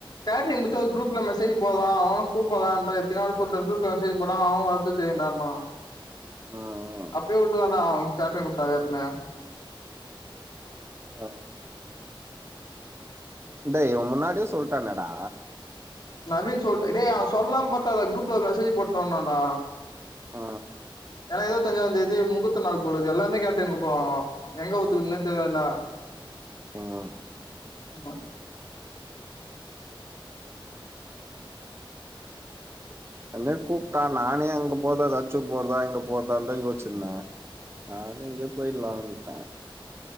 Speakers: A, on the left; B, on the right.
A: கேட்ரிங் புச்சா ஒரு குரூப்புல மெசேஜு போட்றா அவன கூப்பல்லான்ற எத்தினியோவாட்டி சொல்ட்டே குரூப்ல மெசேஜி போட்றா அவவே வர்து தெரியுன்டான்னா அவே
B: ம்
A: அப்பியே வுட்டுதாண்டா அவங் கேட்ரிங் கூப்டாவே எப்பிமே
B: ஆ டேய் இவன் முன்னாடியே சொல்டானேடா
A: நவின் சொல்ட்டா டேய் அவ சொல்லாம் பாத்தா அத குரூப்ல ஒரு மெசேஜு போட்டான்னான்டா
B: ஆ
A: ஏனா இருவத்தஞ்சாந்தேதி முகூர்த்த நாள் போலது எல்லாமே கேட்ரிங் கூப்டுவானுங்கோ எங்க ஒத்துக்குத்ன்னே தேவெல்ல
B: ஆ ஆ
A: உமா
B: அப்டியே கூப்ட்டா நானே அங்க போகல அ ரச்சூர் போறதா எங்க போறதான்தா யோச்சுட்ருந்தே நான்தா
A: ம்
B: எங்க போய்ட்லானுட்டே